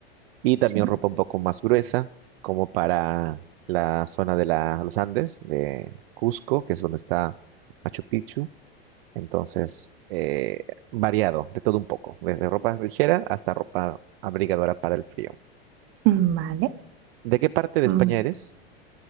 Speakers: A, on the right; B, on the right.
A: y también
B: sí.
A: ropa un poco más gruesa, como para la zona de la- los Andes, de Cusco, que es donde está Machu Picchu. Entonces, eh, variado, de todo un poco, desde ropa ligera hasta ropa abrigadora para el frío.
B: Mm, Vale.
A: ¿De qué parte de
B: Mm,
A: España eres?